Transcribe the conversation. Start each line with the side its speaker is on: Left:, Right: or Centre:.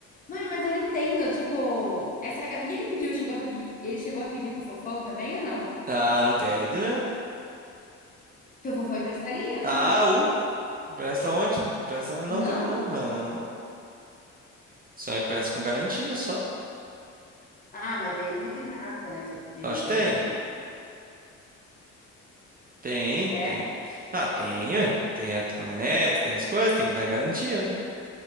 Left: Mano, mas eu não entendo. Tipo, essa. ga- E ele pediu, chegou a pedir, ele chegou a pedir pro Fofão também ou não?
Right: Ah, não pede, né?
Left: Porque o Fofão emprestaria,
Right: Ah,
Left: né?
Right: o. presta onde? Não presta mais
Left: Não?
Right: não, também não. Não. Só impressa com garantia, só.
Left: Ah, mas daí ele não tem nada, né? Tipo, de
Right: Acho
Left: garantia.
Right: tem. Tem,
Left: É?
Right: tem. Ah, tem, ué. Tem a caminhonete, tem as coisas, tem que dar garantia, né?